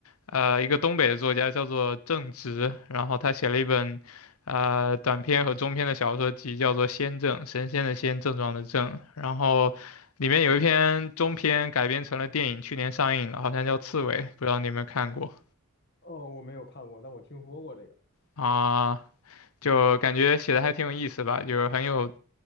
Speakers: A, on the left (about 75°); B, on the left (about 50°).
A: 呃一个东北的作家叫做郑直，然后他写了一本呃短篇和中篇的小说集，叫做《先正》，神仙的仙，症状的症。然后里面有一篇中篇改编成了电影，去年上映了，好像叫《刺猬》，不知道你有没有看过
B: 哦，我没有看过，但我听说过这个。
A: 啊？就感觉写的还挺有意思吧，
B: 嗯，
A: 就是很有。